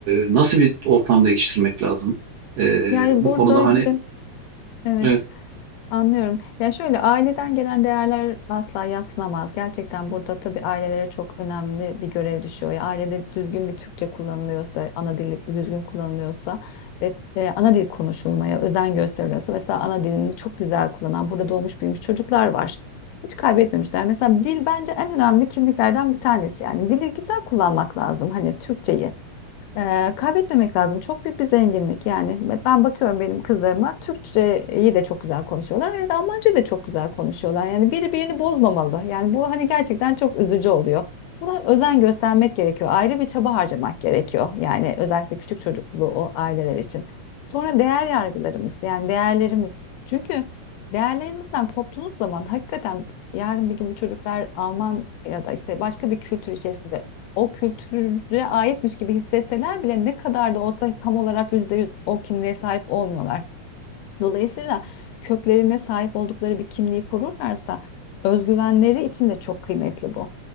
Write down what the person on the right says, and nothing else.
nasıl bir ortamda yetiştirmek lazım? E,
bu
konuda Anladım.
hani